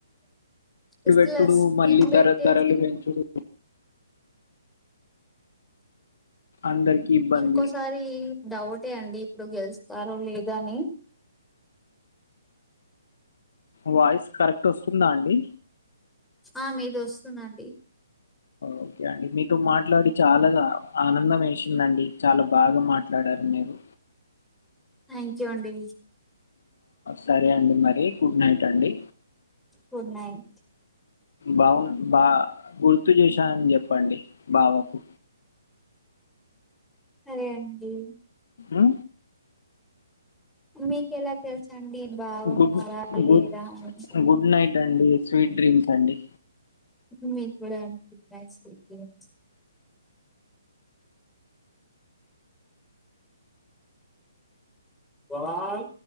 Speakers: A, in the centre; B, on the left.
A: ఇస్
B: పెట్టుడు
A: లస్ స్కీం
B: మళ్ళీ
A: బెట్టేసి
B: ధర ధరలు పెంచుడు అందరికి ఇబ్బంది
A: ఇంకోసారి డౌటే అండి. ఇపుడు గెలుస్తారు లేదో అని
B: వాయిస్ కరెక్ట్ వస్తుందా అండి.
A: ఆ మీది వస్తుందండి.
B: ఓకే అండి మీతో మాట్లాడి చాలాగా ఆనందం వేసిందండి చాలా బాగా మాట్ మాట్లాడారు మీరు
A: థ్యాంక్ యూ అండి
B: సరే అండి మరి గుడ్ నైట్ అండి.
A: గుడ్ నైట్
B: బాగు బా గుర్తు చేశానని చెప్పండి బావకు.
A: అరే అండి.
B: అ
A: మీకెలా తెలుసండి బాగున్నారా
B: గుడ్
A: లేరా
B: గుడ్
A: అని
B: గుడ్ నైట్ అండి స్వీట్ గుడ్ నైట్ అండి
A: మీ కూడా అండి good night sweet dreams. Van